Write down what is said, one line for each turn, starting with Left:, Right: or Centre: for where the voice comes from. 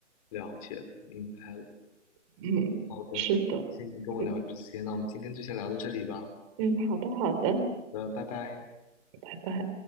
Left: 了解了，明白了。
Right: 嗯，
Left: 好的，
Right: 是的，
Left: 谢谢你跟我聊这些，
Right: 嗯
Left: 那我们今天就先聊到这里吧。好
Right: 嗯，好的好的，
Left: 的，拜拜。
Right: 拜拜。